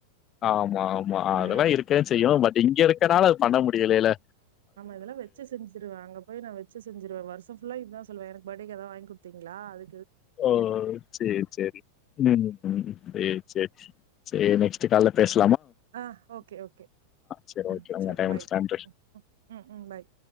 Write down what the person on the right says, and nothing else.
ஆ
இதெல்லாம் வச்சு செஞ்சிருவேன் அங்க போய் நான் வச்சு செஞ்சிருவேன் வருஷம் ல்லா இதான் சொல்வேன் என பர்டேக்கு எதாவது வாங்கி குத் ங்களா அது
ஆஹ ஓகே ஓகே
ம்
சரி
பாய்
உம் ம் ம் உம் பாய்